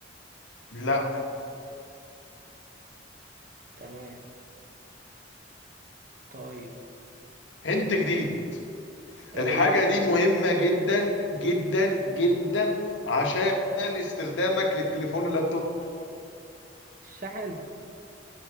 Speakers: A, on the left; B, on the right.
A: لا
B: تمام طيب
A: هنت جديد
B: أقول
A: الحاجة
B: لي
A: دي مهمة جدا جدا جدا عشان استخدامك للتليفون واللابتوب
B: شحن